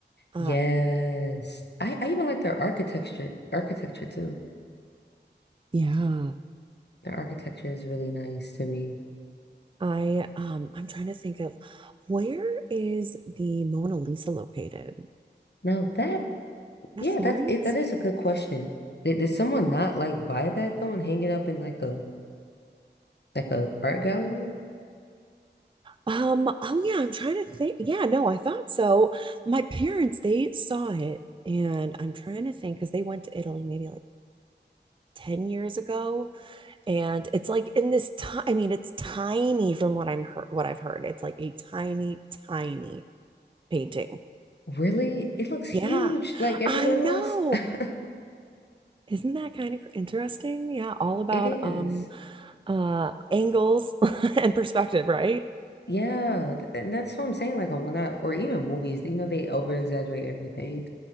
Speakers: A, on the right; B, on the left.
A: uh
B: Yes. I, I even like their architecture, architecture too.
A: Yeah.
B: Their architecture is really nice to me.
A: i um i'm trying to think of where is the mona lisa located
B: Now that,
A: at
B: yeah,
A: florence
B: that's it. That is a good question. Did, did someone not like buy that though and hang it up in like a like a art gallery?
A: um oh yeah i'm trying to think yeah no i thought so my parents they saw it and i'm trying to think because they went to italy maybe like 10 years ago and it's like in this time i mean it's tiny from what i'm heard what i've heard it's like a tiny tiny painting
B: Really? It looks huge
A: yeah
B: like everywhere
A: i know
B: else. <laughs>
A: isn't that kind of interesting yeah all about
B: It is.
A: um uh angles <laughs> and perspective right
B: Yeah, th- and that's what I'm saying. Like on not or even movies, you know, they over exaggerate everything.